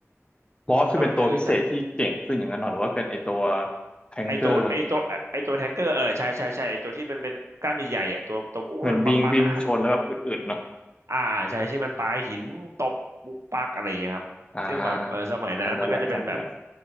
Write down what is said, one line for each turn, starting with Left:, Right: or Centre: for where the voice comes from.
Left: บอสคือเป็นตัวพิเศษที่เก่งขึ้นอย่างนั้นเหรอหรือว่าเป็นไอตัว
Right: ก็คือถ้า
Left: แทงเกอร์
Right: ไอตัวไอตัวไอตัวแทงเกอร์เออใช่ใช่ใช่ไอตัวที่เป็นเป็นกล้ามใหญ่ๆอ่ะตัวตัวอุ้มมันปักๆอ่ะครับ
Left: มันวิ่งวิ่งชนแล้วแบบอึดๆเนาะ
Right: อ่าใช่ที่มันปาหินตบปุกปักอะไรอย่างเงี้ยครับซึ่งแบบเออสมัยนั้นมันก็จะเป็นแบบ
Left: อ่าจำได้แล้วจำได้แล้ว